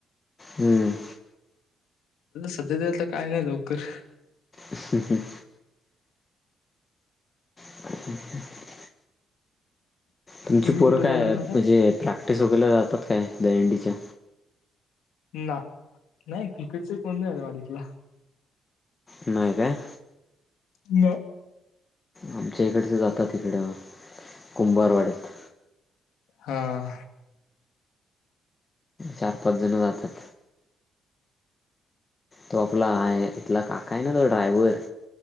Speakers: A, on the left (about 25°); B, on the left (about 85°).
A: हम्म.
B: सध्या तरी आता काय नाय लवकर.
A: हं हं. <inaudible> तुमची
B: तुम्ही
A: पोरं
B: कुठे
A: काय
B: जाणार
A: म्हणजे
B: आहात
A: प्रॅक्टिसला वगैरे जातात काय दहंडीच्या?
B: ना नाय क्रिकेटचा कोण नाय आरे वाडीतला.
A: नाय काय?
B: म
A: आमच्या इकडचे जात्यात तिकडं कुंभारवाड्यात.
B: हा.
A: चार-पाच जण जातात. तो आपला हाय इथला काकाय ना तो ड्रायवर